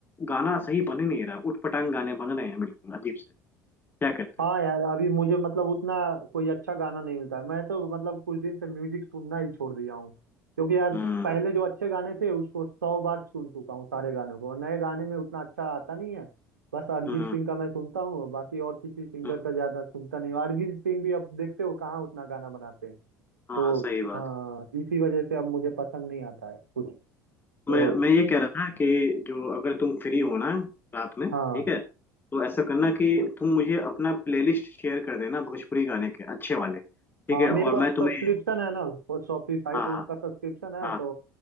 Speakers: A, on the left (about 20°); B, on the right (about 75°).
A: गाना सही बन ही नहीं रहा उटपटांग गाने बन रहे हैं बिल्कुल अजीब से क्या कहते
B: हाँ
A: हो
B: यार अभी मुझे मतलब उतना कोई अच्छा गाना नहीं मिलता है मैं तो मतलब कुछ दिन से म्यूजिक सुनना ही छोड़ दिया हूँ क्योंकि यार
A: हम्म
B: पहले जो अच्छे गाने थे उसको सौ बार सुन चुका हूँ सारे गानों को नए गाने में उतना अच्छा आता नहीं है बस अरिजीत
A: हम्म
B: सिंह का मैं सुनता हूँ बाकी और किसी सिंगर
A: हम्म,
B: का ज्यादा सुनता नहीं हूँ अरिजीत सिंह भी अब देखते हो कहाँ उतना गाना बनाते हैं
A: हाँ
B: तो
A: सही बात
B: हाँ इसी वजह से अब मुझे पसंद नहीं आता है कुछ तो
A: मैं मैं ये कह रहा था कि जो अगर तुम फ्री हो ना रात में
B: हाँ
A: ठीक है तो ऐसा करना कि तुम मुझे अपना प्लेलिस्ट शेयर कर देना भोजपुरी गाने के अच्छे वाले ठीक
B: हाँ
A: है
B: मेरे
A: और
B: पास
A: मैं तुम्हें
B: सब्सक्रिप्शन है ना वो शॉपिफाई
A: हाँ
B: उसका सब्सक्रिप्शन है
A: हाँ
B: तो